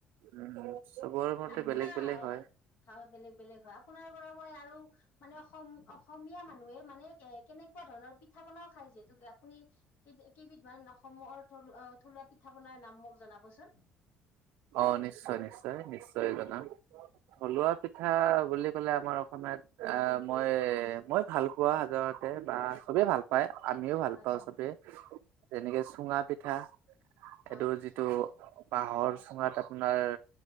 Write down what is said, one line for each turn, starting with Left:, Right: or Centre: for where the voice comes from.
Right: উম চবৰ মতে বেলেগ
Left: আপোনা
Right: বেলেগ
Left: অ
Right: হয়।
Left: খাওঁ বেলেগ বেলেগ হয় আপোনাৰ পৰা মই আৰু মানে সম অস অসমীয়া মানুহে মানে এ কেনেক এনেকুৱা ধৰণৰ পিঠা পনাও খায় যিহেতুে আপুনি কেত কেইবিধ মান অসমৰ থলো অ থলুৱা পিঠা বনাই নাম মোক জনাবচোন
Right: অ নিশ্চয় নিশ্চয় নিশ্চয় জনাম থলুৱা পিঠ ঠা বুলি ক'লে আমাৰ অসমীয়াত আ মই মই ভাল পোৱা সাধাৰণতে বা চবে ভাল পাই আমিও ভাল
Left: হয়
Right: পাওঁ
Left: হয়
Right: চবে যেনেকে চুঙা পিঠা
Left: হয়
Right: এইটো যিটো বাহৰ চুঙা তাত আপোনাৰ